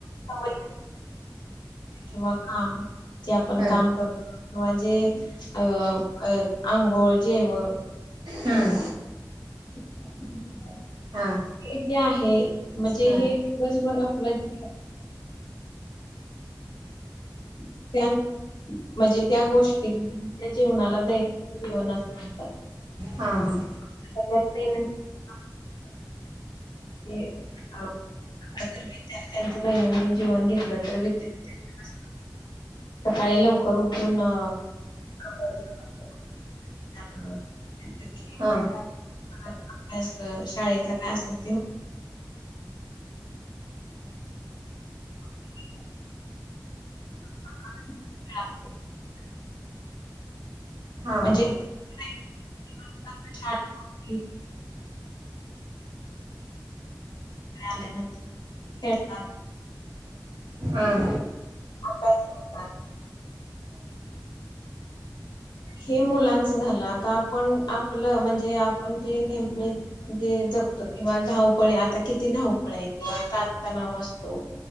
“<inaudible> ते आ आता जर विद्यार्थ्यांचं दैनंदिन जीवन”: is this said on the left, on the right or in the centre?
Left